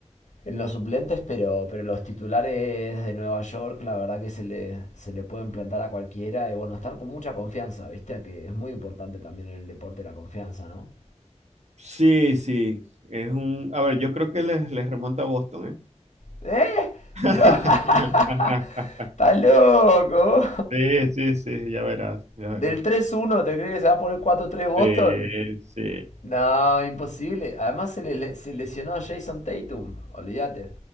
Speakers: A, on the left; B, on the right.
A: En los suplentes, pero, pero los titulares de Nueva York, la verdad que se le, se le pueden plantar a cualquiera. Y bueno, están con mucha confianza, ¿viste? Que es muy importante también en el deporte la confianza, ¿no?
B: Sí, sí. Es un, a ver, yo creo que les, les remonta a Boston, ¿eh?
A: ¿Eh?
B: <laughs>
A: ¡No! <laughs> ¡Estás loco!
B: Sí, sí, sí, ya verás, ya
A: del
B: verás.
A: tres uno, te crees que se va a poner cuatro tres Boston?
B: Sí, sí.
A: No, imposible. Además se, le- se lesionó Jason Tatum, olvídate.